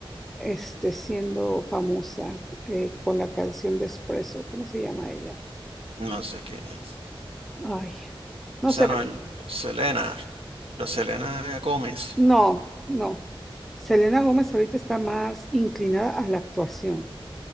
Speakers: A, in the centre; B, on the right.
A: este, siendo famosa eh, con la canción de Espresso. ¿Cómo se llama ella?
B: No sé quién es.
A: Ay, no
B: Esa
A: sé,
B: no es Selena, la Selena Gómez.
A: no, no. Selena Gómez ahorita está más inclinada a la actuación.